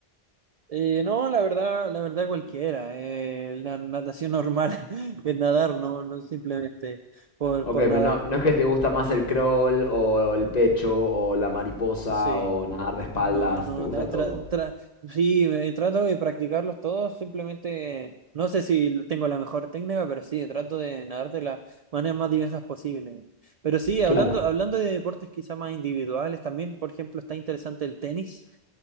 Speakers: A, on the right (about 60°); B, on the left (about 40°).
A: Eh, no, la verdad, la verdad cualquiera. eh, la natación normal, <laughs> el nadar, no, no simplemente por,
B: Ok,
A: por
B: pero
A: nadar.
B: no, no es que te gusta más el crawl o el pecho o la mariposa
A: Sí.
B: o nadar de espaldas,
A: No, no,
B: te gusta
A: tra-
B: todo.
A: tra- tra- sí, me- trato de practicarlos todos, simplemente no sé si tengo la mejor técnica, pero sí, trato de nadar de las maneras más diversas posibles. Pero sí, hablando,
B: Claro.
A: hablando de deportes quizá más individuales, también, por ejemplo, está interesante el tenis,